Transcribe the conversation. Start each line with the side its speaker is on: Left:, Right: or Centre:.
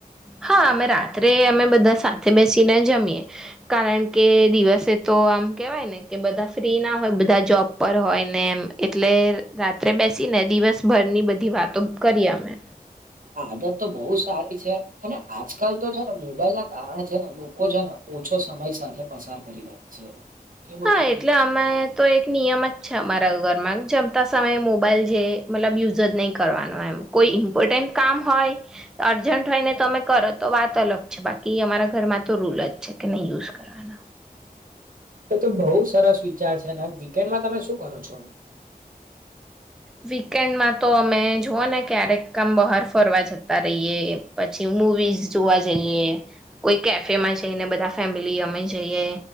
Centre: હા અમે રાત્રે અમે બધા સાથે બેસીને જમીએ કારણ કે દિવસે તો આમ કેવાય ને કે બધા ફ્રી ના હોય બધા જોબ પર હોય ને એમ એટલે રાત્રે બેસી ને દિવસભરની બધી વાતો કરીએ અમે.
Right: આદત તો બહુ સારી છે. અને આજકાલ તો છે ને મોબાઈલ ના કારણે છે ને લોકો છે ને ઓછો સમય સાથે પસાર કરી રહ્યા છે. એ બહુ
Centre: હા
Right: તકલીફ
Centre: એટલે
Right: છે.
Centre: અમે તો એક નિયમ જ છે અમારા ઘરમાં જમતા સમય મોબાઈલ જે મતલબ યુઝ જ નહીં કરવાનું એમ કોઈ ઈમ્પોર્ટન્ટ કામ હોય અર્જન્ટ હોય ને તમે કરો તો વાત અલગ છે બાકી અમારા ઘરમાં તો રૂલ જ છે કે નહી યુઝ કરવાનો
Right: તો બહુ સરસ વિચાર છે અને વીકેન્ડમાં તમે શું કરો છો
Centre: વીકેન્ડમાં તો અમે જોઓ ને ક્યારેક આમ બહાર ફરવા જતા રહીએ પછી મુવીઝ જોવા જઈએ કોઈ કેફેમાં જઈને બધા ફેમિલી અમે જઈએ